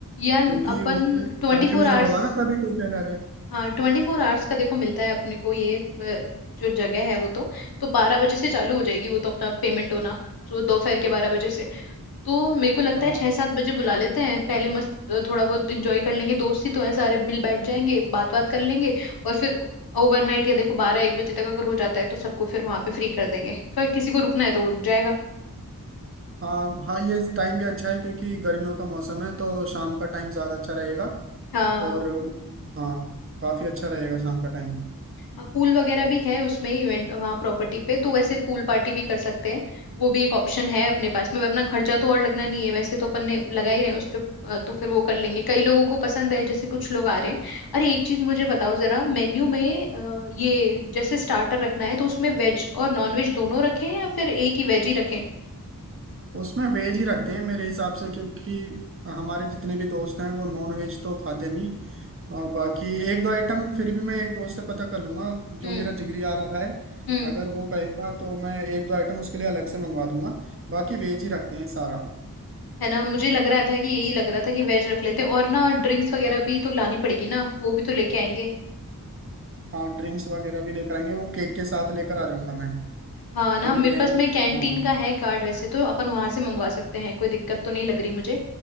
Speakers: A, on the left; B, on the right.
A: यार
B: क्योंकि
A: अपन
B: उसमें
A: ट्वेंटी
B: कन्फ्यूजन
A: फोर आवर्स
B: होगा ना कभी कोई कह रहे
A: हाँ ट्वेंटी फोर आवर्स का देखो मिलता है अपने को ये अ, जो जगह है वो तो तो बारह बजे से चालू हो जाएगी वो तो अपना पेमेंट होना तो दोपहर के बारह बजे से तो मेरे को लगता
B: हाँ
A: है छह सात बजे बुला लेते हैं पहले मस्त अ, थोड़ा बहुत इंजॉय कर लेंगे दोस्त ही तो हैं सारे मिल बैठ जाएंगे बात बात कर लेंगे और फिर ओवरनाइट या देखो बारह एक बजे तक अगर हो जाता है तो सबको फिर वहां पे फ्री कर देंगे तो किसी को रुकना है तो वो रुक जाएगा
B: हाँ हाँ ये टाइम भी अच्छा है क्योंकि गर्मियों का मौसम है तो शाम का टाइम ज़्यादा अच्छा रहेगा
A: हाँ
B: और हाँ काफ़ी अच्छा रहेगा शाम का टाइम
A: हाँ पूल वगैरह भी है उसमें इवेंट वहाँ प्रॉपर्टी पे तो वैसे पूल पार्टी भी कर सकते हैं वो भी एक ऑप्शन है अपने पास में अपना खर्चा तो और लगना नहीं है वैसे तो अपन ने लगा ही रहे हैं उस पे अ, तो फिर वो कर लेंगे कई लोगों को पसंद है जैसे कुछ लोग आ रहे हैं अरे एक चीज मुझे बताओ जरा मेन्यू में अ, ये जैसे स्टार्टर रखना है तो उसमें वेज और नॉन वेज दोनों रखें या फिर एक ही वेज ही रखें
B: उसमें वेज ही रखते हैं मेरे हिसाब से क्योंकि हमारे जितने भी दोस्त हैं वो नॉन वेज तो खाते नहीं अ, बाकी एक दो आइटम फिर भी मैं एक दोस्त से पता कर लूंगा जो
A: हम्म
B: मेरा जिगरी आ रहा है
A: हम्म
B: अगर वो कहेगा तो मैं एक दो आइटम उसके लिए अलग से मंगवा दूंगा बाकी वेज ही रखते हैं सारा
A: है ना मुझे लग रहा था कि यही लग रहा था कि वेज रख लेते हैं। और ना ड्रिंक्स वगैरह भी तो लानी पड़ेगी ना वो भी तो लेके आएंगे
B: हाँ ड्रिंक्स वगैरह भी लेकर आएंगे वो केक के साथ लेकर आ जाऊंगा मैं
A: हाँ ना
B: पूरी
A: मेरे
B: कैन
A: पास में कैंटीन
B: हाँ
A: का है कार्ड वैसे तो अपन वहां से मंगवा सकते हैं कोई दिक्कत तो नहीं लग रही मुझे